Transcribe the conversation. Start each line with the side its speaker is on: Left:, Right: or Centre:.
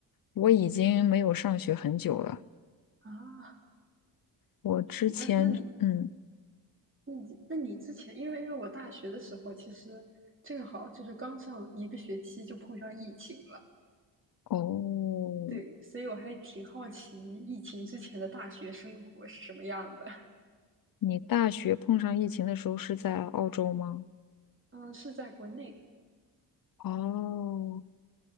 Left: 我已经没有上学很久了。
Right: 啊。
Left: 我之前，
Right: 那那你
Left: 嗯，
Right: 那你那你之前，因为因为我大学的时候，其实正好就是刚上一个学期就碰上疫情了，
Left: 哦，
Right: 对，所以我还挺好奇疫情之前的大学生活是什么样的。
Left: 你大学碰上疫情的时候是在澳洲吗？
Right: 嗯，是在国内
Left: 哦，